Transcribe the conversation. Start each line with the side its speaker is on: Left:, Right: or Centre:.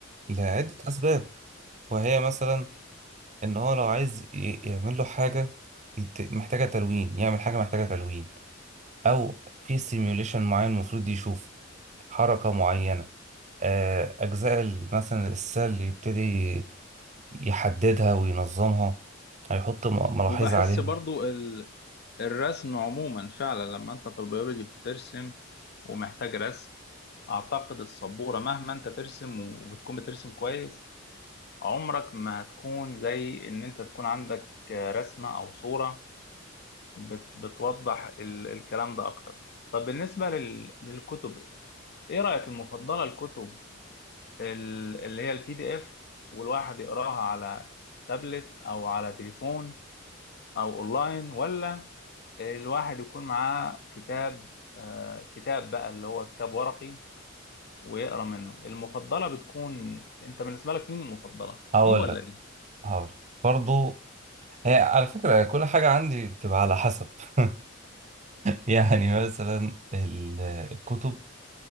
Right: لعدة أسباب وهي مثلا إن هو لو عايز ي- يعمل له حاجة يت- محتاجة تلوين يعمل حاجة محتاجة تلوين او في سيميوليشن معين المفروض يشوف حركة معينة آه، اجزاء ال- مثلا السيل يبتدي يحددها وينظمها هيحط م- ملاحظة
Left: وبحس
Right: عليها
Left: برضو ال... الرسم عموما فعلا لما انت في البيولوجي بترسم ومحتاج رسم اعتقد السبوره مهما انت ترسم وبتكون بترسم كويس عمرك ما هتكون زي ان انت تكون عندك رسمه او صوره بت- بتوضح ال- الكلام ده اكتر طب بالنسبه لل- للكتب ايه رايك المفضله الكتب ال- اللي هي البي دي اف والواحد يقراها على تابلت او على تليفون او اونلاين ولا الواحد يكون معاه كتاب آه، كتاب بقى اللي هو كتاب ورقي ويقرا منه المفضله بتكون انت بالنسبه لك مين المفضله
Right: هقول
Left: دي ولا
Right: لك
Left: دي
Right: هقول لك برضو هي على فكرة كل حاجة عندي بتبقى على حسب <laughs> يعني مثلا ال- الكتب